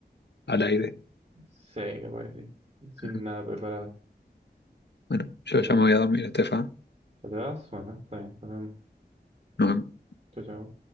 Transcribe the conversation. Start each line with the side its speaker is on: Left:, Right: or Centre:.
Left: al aire.
Right: Sí, capaz que sí. Sin
Left: Ajá.
Right: nada preparado.
Left: Bueno, yo
Right: O sea,
Left: ya me voy a dormir, Estefa.
Right: ¿ya te vas? Bueno, está bien, nos vemos.
Left: Nos vemos.
Right: Chao, chao.